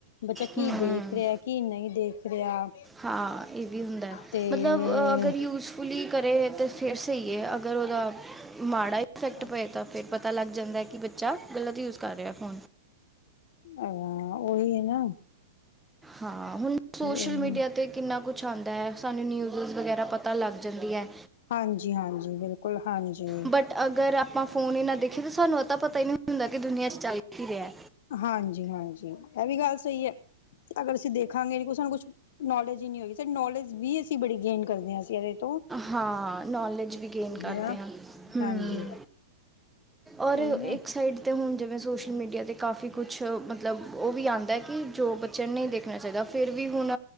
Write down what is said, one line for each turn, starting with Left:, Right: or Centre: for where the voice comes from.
Left: ਬੱਚਾ ਕੀ
Centre: ਹੂੰ
Left: ਦੇਖ ਰਿਆ ਕੀ ਨਈ ਦੇਖ ਰਿਆ।
Centre: ਹਾਂ ਏ ਵੀ ਹੁੰਦਾ
Left: ਤੇ
Centre: ਮਤਲਬ ਅਗਰ ਯੂਜ ਪੁੁਲੀ ਕਰੇ ਤਾਂ ਫੇਰ ਸ‌ਈ ਏ ਅਗਰ ਓਦਾ ਮਾੜਾ ਈ ਇਫੈਕਟ
Left: ਅੱਛਾ
Centre: ਪ‌ਏ ਤਾਂ ਫੇਰ ਪਤਾ ਲੱਗ ਜਾਂਦਾ ਕੀ ਬੱਚਾ ਗਲਤ ਯੂਜ ਕਰ ਰਿਆ ਫੋਨ।
Left: ਆਆ ਓਈ ਏਨਾ।
Centre: ਹਾਂ ਹੁਣ ਸੋਸ਼ਲ
Left: ਇਹੀ
Centre: ਮੀਡੀਆ ਤੇ ਕਿੰਨਾ ਕੁਛ ਆਂਦਾ ਐ ਸਾਨੂੰ ਨਿਊਜ਼ ਵਗੈਰਾ ਪਤਾ ਲੱਗ ਜਾਂਦੀਆਂ ਐ।
Left: ਹਾਂਜੀ-ਹਾਂਜੀ ਬਿਲਕੁਲ ਹਾਂਜੀ।
Centre: ਬਟ ਅਗਰ ਆਪਾਂ ਫੋਨ ਈ ਨਾ ਦੇਖੀਏ ਤਾਂ ਸਾਨੂੰ ਐਤਾਂ ਪਤਾ ਈ ਨਈ ਹੁੰਦਾ ਕਿ ਦੁਨੀਆਂ 'ਚ ਚੱਲ ਕੀ ਰਿਆ।
Left: ਹਾਂਜੀ-ਹਾਂਜੀ ਇਹ ਵੀ ਗੱਲ ਸਈ ਏ। ਅਗਰ ਅਸੀਂ ਦੇਖਾਂਗੇ ਸਾਨੂੰ ਕੁਛ ਨੌਲੇਜ ਈ ਨਈ ਹੋਈ‌ ਸਾਡੀ ਨੌਲੇਜ ਵੀ ਅਸੀਂ ਬੜੀ ਗੇਨ ਕਰਦੇ ਹਾਂ ਅਸੀ ਇਦੇ 'ਚ
Centre: ਹਾਂ ਨੌਲੇਜ ਵੀ ਗੇਨ ਕਰਦੇ
Left: ਹਾਂ
Centre: ਆਂ ਹੂੰ।
Left: ਹਾਂਜੀ
Centre: ਔਰ
Left: ਉਹੀ
Centre: ਇੱਕ
Left: ਨਾ
Centre: ਸਾਈਡ ਤੇ ਹੁਣ ਜਿਵੇਂ ਸੋਸ਼ਲ ਮੀਡੀਆ ਤੇ ਕਾਫੀ ਕੁਛ ਮਤਲਬ ਓ ਵੀ ਆਂਦਾ ਕਿ ਜੋ ਬਚ ਚਿਆ ਨਈ ਦੇਖਣਾ ਚਾਈਦਾ ਫਿਰ ਵੀ ਹੁਣ